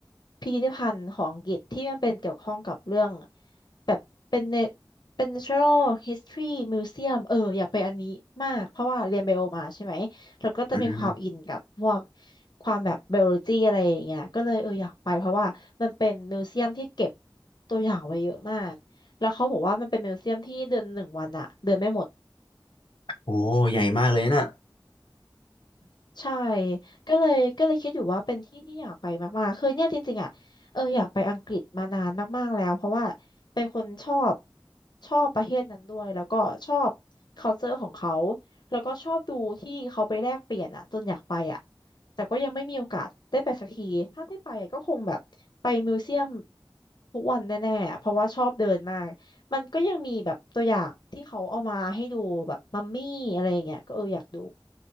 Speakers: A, on the left; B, on the left.
A: พิพิธภัณฑ์ของอังกฤษที่มันเป็นเกี่ยวข้องกับเรื่องแบบเป็นเนเป็น Natural History Museum เอออยากไปอันนี้มากเพราะว่าเรียนไบโอมาใช่ไหมแล้วก็จะมีความอินกับพวก
B: อืม
A: ความแบบไบโอโลจีอะไรอย่างเงี้ยก็เลยเอออยากไปเพราะว่ามันเป็นมิวเซียมที่เก็บตัวอย่างไว้เยอะมากแล้วเขาบอกว่ามันเป็นมิวเซียมที่เดือนหนึ่งวันอะเดินไม่หมด
B: โอ้ใหญ่มากเลยนะ
A: ใช่ก็เลยก็เลยคิดอยู่ว่าเป็นที่ที่อยากไปมากๆคือเนี่ยจริงๆอ่ะเอออยากไปอังกฤษมานานมากๆแล้วเพราะว่าเป็นคนชอบชอบประเทศนั้นด้วยแล้วก็ชอบ culture ของเขาแล้วก็ชอบดูที่เขาไปแลกเปลี่ยนอ่ะจนอยากไปอ่ะแต่ก็ยังไม่มีโอกาสได้ไปสักทีถ้าได้ไปอะก็คงแบบไปมิวเซียมทุกวันแน่ๆอะเพราะว่าชอบเดินมากมันก็ยังมีแบบตัวอย่างที่เขาเอามาให้ดูแบบมัมมี่อะไรอย่างเงี้ยก็เอออยากดู